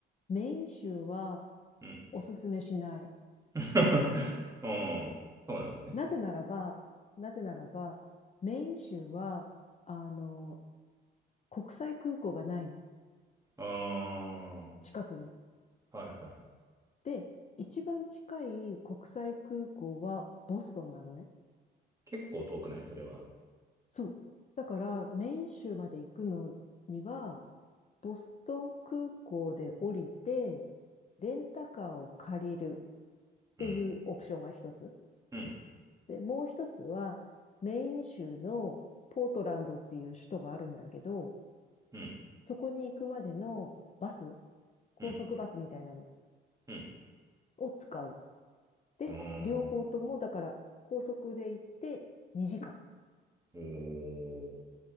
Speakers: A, on the left; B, on the right.
A: メイン州は
B: うん。
A: おすすめしない。
B: <laughs> うん。そうなんですね。
A: なぜならば、なぜならば、メイン州は、あの、国際空港がないの
B: ああ、
A: 近くに。
B: はいはい。
A: で、一番近い国際空港はボストンなのね。
B: 結構遠くない、それは。
A: そう。だから、メイン州まで行くのには、ボストン空港で降りて、レンタカーを借りるっていうオプションが一つ。
B: うん。うん。
A: で、もう一つは、メイン州のポートランドっていう首都があるんだけど、
B: うん。
A: そこに行くまでのバス、高速バスみたいなの
B: うん。うん。
A: を使う。で、
B: うん。
A: 両方とも、だから、高速で行って2時間。
B: おー、